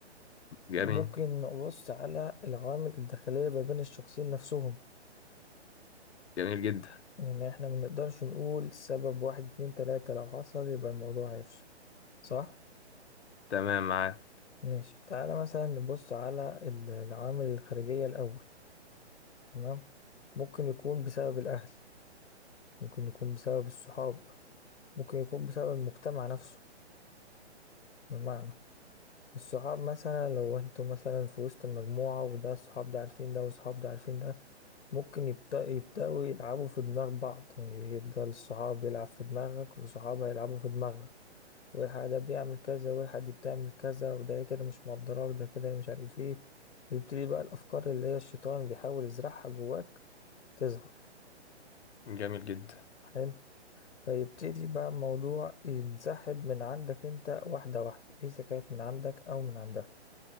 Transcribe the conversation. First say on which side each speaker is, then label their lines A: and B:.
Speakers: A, on the left; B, on the left.
A: جميل
B: وممكن نبص على العوامل الداخلية ما بين الشخصين نفسهم
A: جميل جدا
B: يعني احنا منقدرش نقول سبب واحد اتنين تلاتة لو حصل يبقى الموضوع هيفشل صح؟
A: تمام معاه
B: ماشي تعالى مثلا نبص على ال- العوامل الخارجية الأول تمام ممكن يكون بسبب الأهل ممكن يكون بسبب الصحاب ممكن يكون بسبب المجتمع نفسه بمعنى الصحاب مثلا لو انتوا مثلا في وسط مجموعة وده الصحاب ده عارفين ده والصحاب ده عارفين ده ممكن يبدأ يبدأوا يلعبوا في دماغ بعض يعني يفضل الصحاب يلعب في دماغك وصحاب هيلعبوا في دماغك والحق ده بيعمل كذا والحق دي بتعمل كذا وده كده مش مقدراك ده كده مش عارف ايه ويبتدي بقى الأفكار اللي هي الشيطان بيحاول يزرعها جواك تظهر
A: جميل جدا
B: حلو فيبتدي بقى الموضوع ينسحب من عندك انت واحدة واحدة إذا كانت من عندك أو من عندها